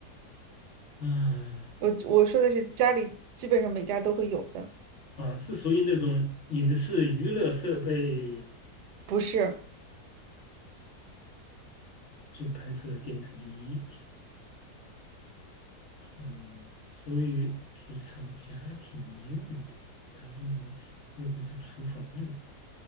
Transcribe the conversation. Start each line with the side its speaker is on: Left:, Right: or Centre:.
Left: 嗯，
Right: 我我说的是家里基本上每家都会有的，
Left: 啊，是属于那种影视娱乐设备，
Right: 不是。
Left: 就排除了电视机。嗯，属于日常家庭用的，它用又不是厨房的，